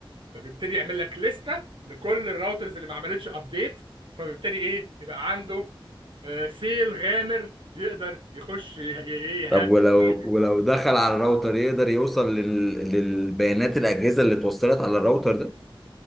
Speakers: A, on the right; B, in the centre.
A: فبيبتدي يعمل لك لستة لكل الراوترز اللي ما عملتش ابديت فبيبتدي ايه يبقى عنده آه، سيل غامر يقدر يخش ي- ايه يهاك
B: طب ولو
A: فيه
B: ولو دخل على الراوتر يقدر يوصل لل... للبيانات الاجهزه اللي اتوصلت على الراوتر ده